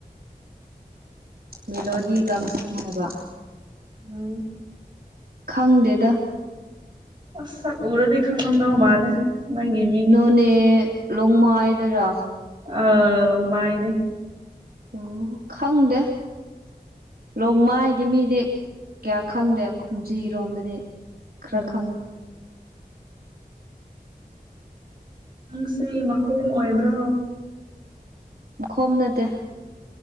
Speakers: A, on the right; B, on the right.
A: ꯃꯦꯂꯣꯗꯤ ꯀꯥꯡꯪꯁꯟ ꯍꯥꯏꯕ
B: ꯎꯝ
A: ꯈꯪꯗꯦꯗ
B: ꯑꯁ ꯁꯛ ꯎꯔꯗꯤ ꯈꯪꯡꯉꯝꯗꯧ ꯃꯥꯂꯦ꯫ ꯅꯪꯒꯤꯃꯤ
A: ꯅꯣꯅꯦ ꯂꯣꯡꯃꯥꯢ ꯗꯩꯔꯥ
B: ꯑ ꯂꯣꯡꯃꯥꯏꯅꯦ
A: ꯑꯣ ꯈꯪꯗꯦ ꯂꯣꯡꯃꯥꯏꯒꯤ ꯃꯤꯗꯤ ꯀꯌꯥ ꯈꯪꯗꯦ ꯈꯨꯝꯖꯤꯔꯣꯝꯗꯗꯤ ꯈꯔ
B: ꯑꯣ
A: ꯈꯪꯉꯤ
B: ꯅꯪꯁꯤ ꯃꯈꯣꯝ ꯑꯣꯏꯕ꯭ꯔꯣ
A: ꯈꯣꯝ ꯅꯠꯇꯦ